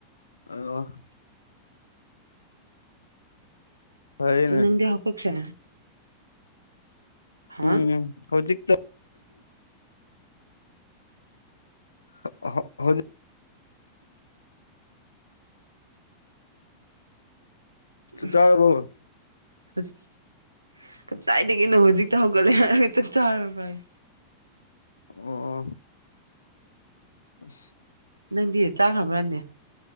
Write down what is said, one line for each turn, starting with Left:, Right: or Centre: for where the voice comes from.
Left: ꯑ ꯐꯔꯦꯅꯦ
Right: ꯅꯪꯗꯦ ꯍꯀꯣ ꯀ ꯍꯥ
Left: ꯎꯝ ꯍꯧꯖꯤꯛ <unintelligible> ꯆꯥꯛ
Right: ꯎ
Left: ꯆꯥꯔꯕꯣ
Right: ꯍꯧꯖꯤ ꯀꯗꯥꯏꯗꯒꯤꯅꯣ ꯍꯧꯖꯤꯛꯇ ꯍꯧꯒꯠꯂꯦ ꯍꯥꯏꯔ ꯍꯦꯛꯇꯪ ꯆꯥꯔꯕ꯭ꯔ ꯍꯥꯏ
Left: ꯑꯣ ꯑꯣ ꯑ
Right: ꯅꯪꯗꯤ ꯆꯥꯈ꯭ꯔꯈ꯭ꯔꯅꯦ